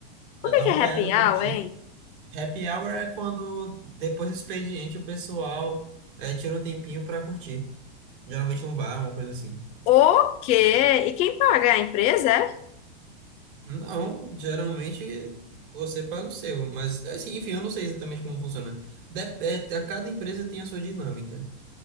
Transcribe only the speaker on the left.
O
que que é
happy
hour, hein?
O quê? E quem paga? É A empresa, é?